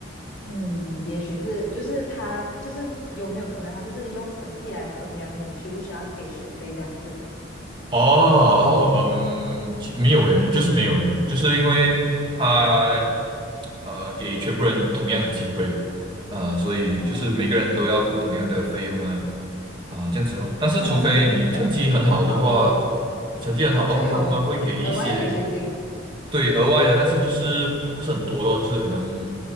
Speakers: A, on the left (about 75°); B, on the right (about 25°).
A: 嗯，也许是就是他就是有没有可能他就是用成绩来衡量你需不需要给学费这样子。
B: 哦哦，嗯，其没有诶，就是没有没有，就是因为他呃给全部人同样的机会，呃，所以就是每个人都要付同样的费用啊
A: 哦，
B: 啊、这样子咯。但是除非你成绩很好的话，
A: 哇，这样很好哦，
B: 你成绩很好的话，
A: 就有额外的奖学金。
B: 他后面会给一些对额外的，但是就是不是很多咯，就是可能